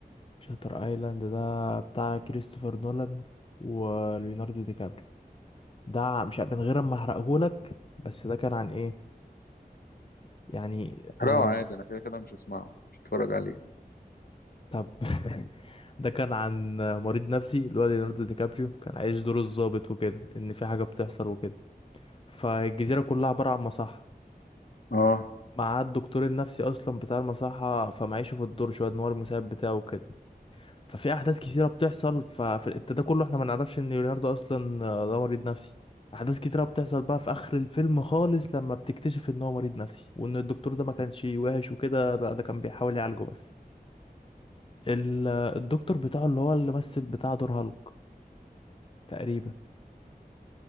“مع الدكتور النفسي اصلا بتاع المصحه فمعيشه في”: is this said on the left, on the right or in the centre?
Left